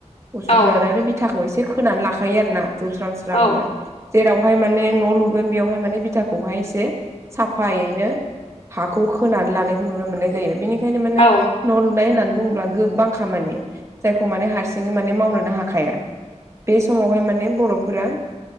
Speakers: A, on the right (about 25°); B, on the left (about 65°).
A: उसुंखौ
B: औ
A: लानानै बिथाखौ एसे खोनानै लाखायो आरोना जौस्रां स्रांनो
B: औ
A: जेरावहाय माने न' लुगोन बेयावहाय माने बिथाखौहाय एसे साफायैनो हाखौ खोनानै लानायखौ नुनो मोन्नाय जायो बेनि खायनो माने
B: औ
A: न' लुनाय होननानै बुंङोब्ला गोबां खामानि जायखौ मान हारसि सिङै माने मावनोनो हाखाया बे समावहाय माने बर'फोरा